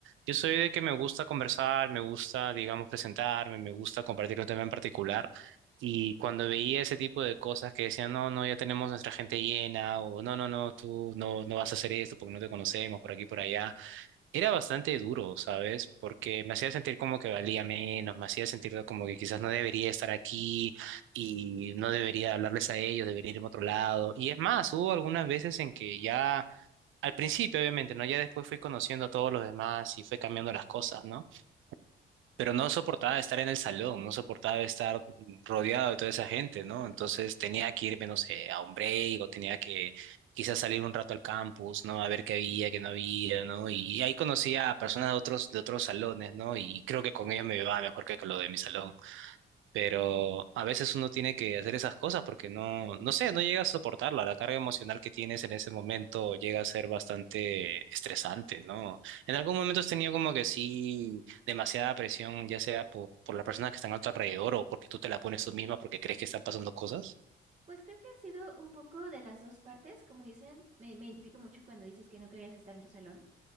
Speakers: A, on the right; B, on the right.
A: Yo soy de que me gusta conversar, me gusta, digamos, presentarme, me gusta compartir un tema en particular. Y cuando veía ese tipo de cosas que decían, no, no, ya tenemos nuestra gente llena, o no, no, no, tú no, no vas a hacer esto porque no te conocemos por aquí, por allá, era bastante duro, ¿sabes? Porque me hacía sentir como que valía menos, me hacía sentir como que quizás no debería estar aquí y no debería hablarles a ellos, debería irme a otro lado. Y es más, hubo algunas veces en que ya al principio, obviamente, ¿no? Ya después fui conociendo a todos los demás y fue cambiando las cosas, ¿no? Pero no soportaba estar en el salón, no soportaba estar rodeado de toda esa gente, ¿no? Entonces tenía que irme, no sé, a un break o tenía que quizás salir un rato al campus, ¿no? A ver qué había, qué no había, ¿no? Y ahí conocía a personas de otros, de otros salones, ¿no? Y creo que con ellos me iba mejor que con lo de mi salón. Pero a veces uno tiene que hacer esas cosas porque no, no sé, no llega a soportarla. La carga emocional que tienes en ese momento llega a ser bastante estresante, ¿no? En algún momento has tenido como que sí, demasiada presión, ya sea por, por las personas que están a tu alrededor o porque tú te la pones tú misma porque crees que están pasando cosas.
B: Pues creo que ha sido un poco de las dos partes, como dicen, me, me identifico mucho cuando dices que no querías estar en tu salón